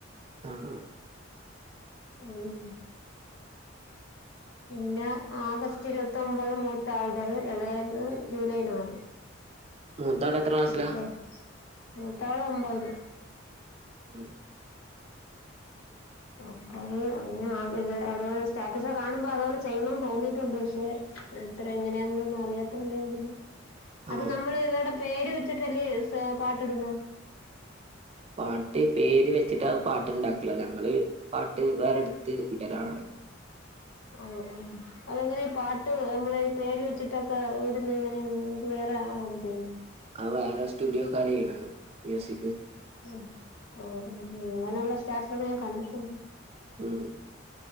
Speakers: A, on the right; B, on the left.
A: ആ ആ
B: ഉം പിന്നെ ആഗസ്റ്റ് ഇരുപത്തൊമ്പത് മൂത്താളുടേത് ഇളയത് ജൂലൈ നാല്
A: മൂത്താള് എത്ര ക്ലാസ്സിലാ
B: അപ്പഴ് മൂത്താള് ഒമ്പതില്
A: ഉം
B: അപ്പ എങ്ങ <unintelligible> സ്റ്റാറ്റസ് കാണുമ്പോ അതുപോലെ ചെയ്യണന്ന് തോന്നീട്ടുണ്ട് പക്ഷെ ഇത്ര എങ്ങനെയാന്നൊന്നും അറിയാത്ത കൊണ്ട് ഞാൻ പിന്നെ അത്
A: ആ
B: നമ്മള് ഇവരുടെ പേര് വെച്ചിട്ടല്ലേ പാട്ടിടുന്നേ
A: പാട്ട് പേര് വെച്ചിട്ടാ പാട്ടുണ്ടാക്കല് ഞങ്ങള് പാട്ട് വേറെടുത്ത് വിടലാണ്
B: ആ ആ അതെങ്ങനാ ഈ പാട്ട് നമ്മള് ഈ പേര് വെച്ചിട്ടൊക്കെ വിടുന്ന എങ്ങനെയാ വേറെ ആളാണോ ചെയ്യുന്നത്
A: ആ വേറെ സ്റ്റുഡിയോക്കാര് ചെയ്യുന്നതാണ് മ്യൂസിക്
B: ഉം ആ അങ്ങനെയുള്ള സ്റ്റാറ്റസൊക്കെ ഞാൻ കണ്ടിട്ടുണ്ട്
A: ഉം